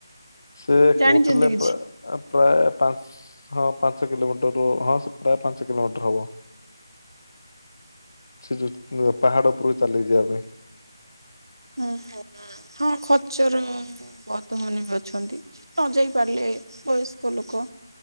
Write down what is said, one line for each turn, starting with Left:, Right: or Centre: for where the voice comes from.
Left: ସେ କୁ
Right: ଜାଣିଛନ୍ତି
Left: ଥିଲେ
Right: କିଛି
Left: ପ୍ରାୟ ପାଞ୍ଚ ହଁ ପାଞ୍ଚ କିଲୋମିଟରରୁୁ ହଁ ପ୍ରାୟ ପାଞ୍ଚ କିଲୋମିଟର ହବ। ସେ ଯୋଉ ପାହାଡ ଉପରକୁ ଚାଲି ଯିବା ପାଇଁ।
Right: ଓ ହୋ। ହଁ ଖର୍ଚ୍ଚର ବଧ ମାନେ ବି ଅଛନ୍ତି ନ ଯାଇ ପାରିଲେ ବୟସ୍କ ଲୋକ